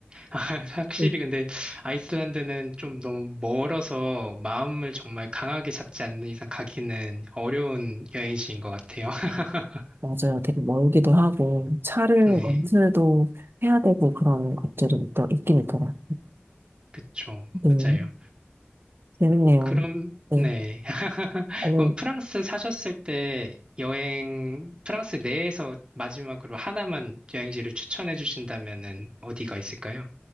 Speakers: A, on the right; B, on the right.
A: <laughs> 확실히
B: 음,
A: 근데 아이슬란드는 좀 너무 멀어서 마음을 정말 강하게 잡지 않는 이상 가기는 어려운 여행지인 것 같아요. <laughs>
B: 맞아요. 되게 멀기도 하고 차를
A: 네,
B: 렌트도 해야 되고 그런 것들이 또 있긴 있더라고요.
A: 그쵸.
B: 네,
A: 맞아요.
B: 재밌네요.
A: 그럼,
B: 네,
A: 네. <laughs>
B: 오늘
A: 그럼 프랑스 사셨을 때 여행, 프랑스 내에서 마지막으로 하나만 여행지를 추천해 주신다면은 어디가 있을까요?